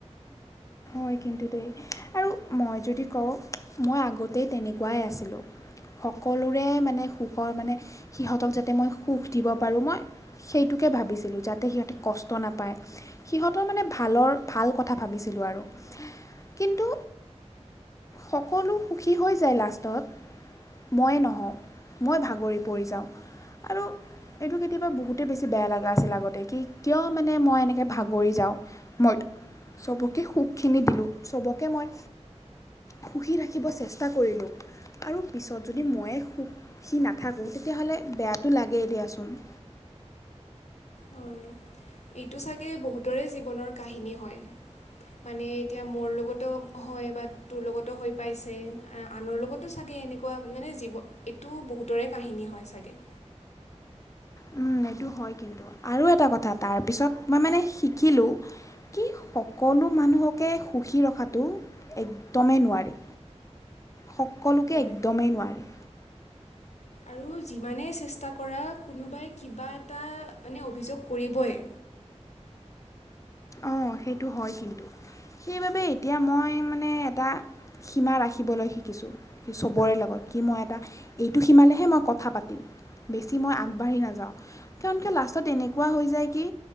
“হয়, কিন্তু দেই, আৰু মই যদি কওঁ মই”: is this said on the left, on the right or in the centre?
Left